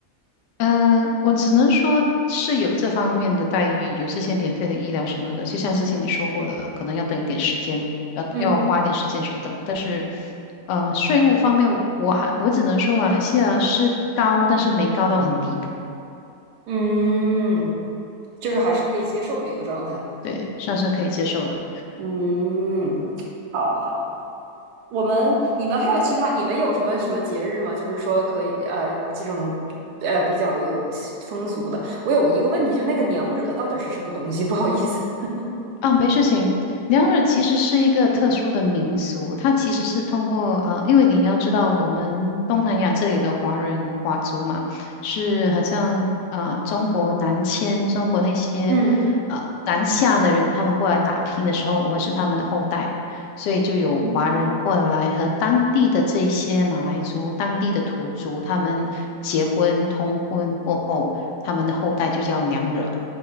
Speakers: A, on the left; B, on the right.
A: 嗯，我只能说是有这方面的待遇，有这些免费的医疗什么的。就像之前你说过的，可能要等一点时间，要要花一点时间去等。
B: 嗯。
A: 但是，呃，税务方面，我还我只能说马来西亚是高，但是没高到很离谱，
B: 嗯，就是还是可以接受的一个状态。
A: 对，算是可以接受的。
B: 嗯，好好好。我们你们还有其他你们有什么什么节日吗？就是说可以呃这种呃比较有风俗的。我有一个问题，就那个娘惹到底是什么东西？不好意思。<laughs>
A: 啊，没事情。娘惹其实是一个特殊的民俗，它其实是通过呃，因为你要知道，我们东南亚这里的华人华族嘛，是好像呃中国南迁，中国那些
B: 嗯
A: 呃南下的人，他们过来打拼的时候，我们是他们的后代，所以就有华人过来和当地的这些马来族、
B: 嗯
A: 当地的土族，他们结婚通婚过后，他们的后代就叫娘惹。